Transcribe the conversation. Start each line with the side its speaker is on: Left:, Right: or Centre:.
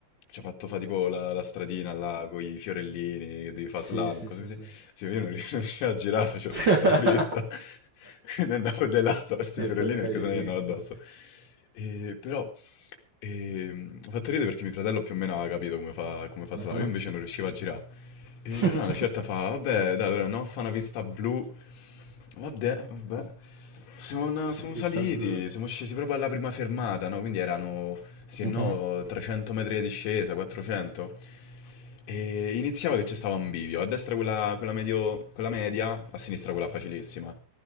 Left: Ci ha fatto fa tipo la, la stradina là con i fiorellini, che devi fare
Right: Sì,
Left: slalom,
Right: sì,
Left: cose
Right: sì,
Left: così.
Right: sì.
Left: Sì, io non rius- <laughs> non riuscivo a girare, facevo
Right: <laughs>
Left: tutta dritta. <laughs> Quindi andavo delato a questi
Right: E
Left: fiorellini
Right: passare
Left: perché sennò
Right: dritto.
Left: gli andavo addosso. E però Ehm, ha fatto ridere perché mio fratello più o meno aveva capito come fa, come fa
Right: Mhm.
Left: Slava, io invece non riuscivo a girare. E
Right: <laughs>
Left: allora una certa fa, vabbè, dai, allora no, fa una pista blu. Vabbè, vabbè. Siamo, una- siamo
Right: La pista
Left: saliti,
Right: blu.
Left: siamo scesi proprio alla prima fermata, no? Quindi erano, se
Right: Mhm.
Left: no, 300 metri di discesa, 400. E iniziava che c'è stava un bivio, a destra quella, quella medio- quella media, a sinistra quella facilissima.